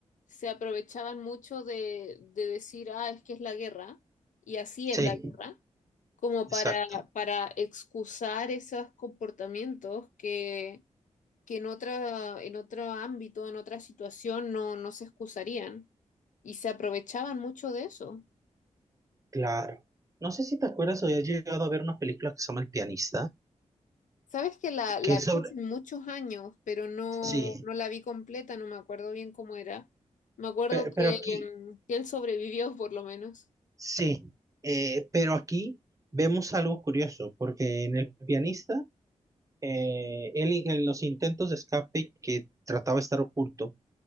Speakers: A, on the left; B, on the right.
A: se aprovechaban mucho de, de decir, ah, es que es la guerra, y así es
B: Sí,
A: la guerra, como
B: exacto.
A: para, para excusar esos comportamientos que que en otra, en otro ámbito, en otra situación, no, no se excusarían y se aprovechaban mucho de eso.
B: Claro. No sé si te acuerdas o has llegado a ver una película que se llama El pianista,
A: Sabes que la, la
B: que es
A: vi
B: sobre...
A: hace muchos años, pero no,
B: Sí,
A: no la vi completa, no me acuerdo bien cómo era. Me acuerdo
B: pe-
A: que,
B: pero, aquí,
A: em, que él sobrevivió por lo menos.
B: sí, eh, pero aquí vemos algo curioso, porque en El pianista, eh, él en los intentos de escape que trataba de estar oculto,